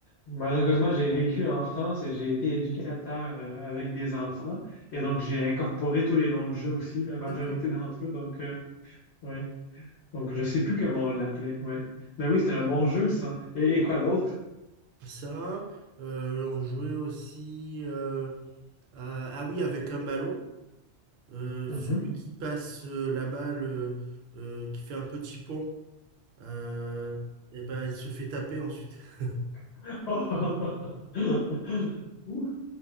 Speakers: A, on the left (about 65°); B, on the right (about 65°).
A: Malheureusement, j'ai vécu en France et j'ai été éducateur euh, avec des enfants. Et donc, j'ai incorporé tous les noms de jeux aussi, la majorité
B: D'accord,
A: d'entre eux. Donc, oui. Donc, je sais plus comment on l'appelait, ouais. Mais
B: d'accord.
A: oui, c'était un bon jeu, ça. Et, et quoi d'autre?
B: Ça, euh, on jouait aussi euh, à- ah oui, avec un ballon. Euh,
A: Mhm.
B: celui qui passe euh, la balle, euh, euh, qui fait un petit pont, euh, et ben, il se fait taper ensuite. <laughs>
A: <laughs> Ouh,